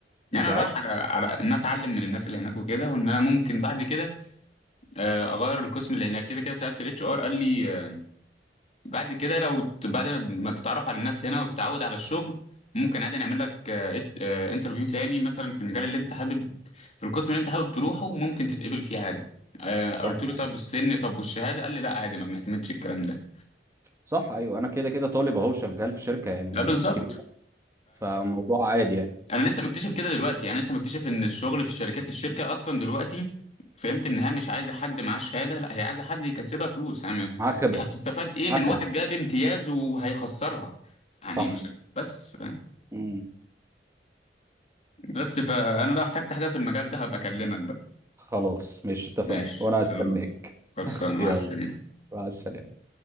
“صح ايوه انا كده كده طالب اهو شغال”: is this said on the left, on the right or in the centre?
Right